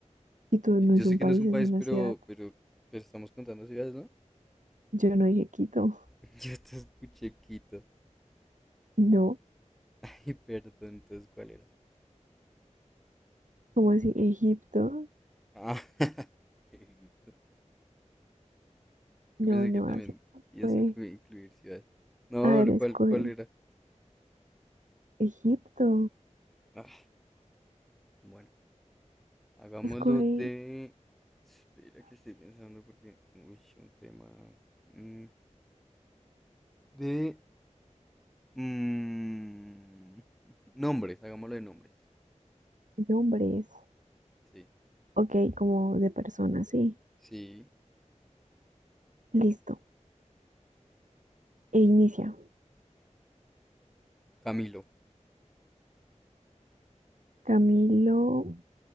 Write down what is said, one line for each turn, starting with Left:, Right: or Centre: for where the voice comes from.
Right: Quito
Centre: Eh,
Right: no
Centre: Yo
Right: es
Centre: sé
Right: un
Centre: que
Right: país,
Centre: no es un
Right: es
Centre: país,
Right: una
Centre: pero,
Right: ciudad.
Centre: pero, pero estamos contando ciudades, ¿no?
Right: Yo no dije Quito.
Centre: <laughs> Yo te escuché Quito.
Right: No.
Centre: <laughs> Ay, perdón, entonces, ¿cuál era?
Right: ¿Cómo así? Egipto.
Centre: Ah, <laughs> Egipto.
Right: No,
Centre: Yo pensé
Right: no,
Centre: que también
Right: así no
Centre: ibas
Right: fue.
Centre: a inclu- incluir ciudades. No,
Right: A ver,
Centre: no,
Right: escoge
Centre: ¿cuál, cuál era?
Right: Egipto.
Centre: Ah, bueno, hagámoslo
Right: Escoge
Centre: de... Espera que estoy pensando porque... Uy, un tema... mm, de mm, <laughs> nombres, hagámoslo de nombres.
Right: nombres.
Centre: Sí,
Right: Ok, como de persona, sí.
Centre: sí,
Right: Listo. E inicia.
Centre: Camilo.
Right: Camilo